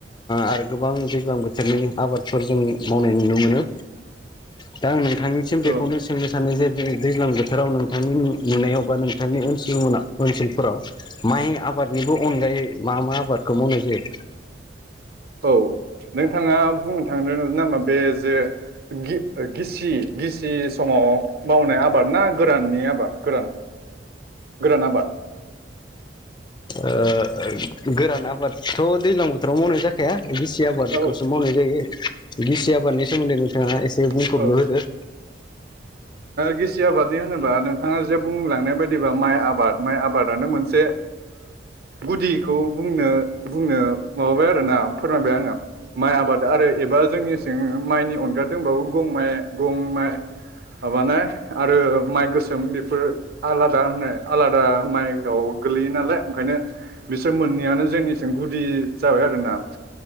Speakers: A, on the left; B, on the right.
A: आरो गोबां दैज्लां बोथोरनि आबादफोर जों मावनाय नुनो मोनो दा आं नों नोंथांनिसिम
B: औ
A: बेखौनो सोंनो सानो जे बे दैज्लां बोथोराव नोंथांनि नुनायाव बा नोंथांनि ओनसोलनि उनाव ओनसोलफोराव माइ आबादनिबो अनगायै मा मा आबादखौ मावनाय जायो?
B: औ नोंथांङा बुंनो थांदों नामा बे जे गि गिसि गिसि समाव मावनाय आबाद ना गोराननि आबाद गोरान गोरान आबाद
A: ओ गोरान आबादथ' दैजलां बोथोराव मावनाय जाखाया गिसि आबादखौसो
B: औ
A: मावनाय जायो गिसि आबादनि सोमोन्दै नोंथांङा एसे बुंफुरलु
B: औ
A: होदो।
B: गिसि आबादनि होनोबा नोंथांङा जे बुंलांनाय बायदिबा माइ आबाद माइ आबाद मोनसे गुदिखौ बुंनो बुंनो माबाबाय आरोना फोरमायबाय आंङो माइ आबाद आरो एबा जोंनि सिं माइनि अनगा दंबावो गं माइ गं माइ माबानाय आरो माइ गोसोम बेफोर आलादा होनो आलादा माइनाव गोलैयो नालाय ओंखायनो बिसोर मोननैयानो जोंनिसिम गुदि जाबाय आरोना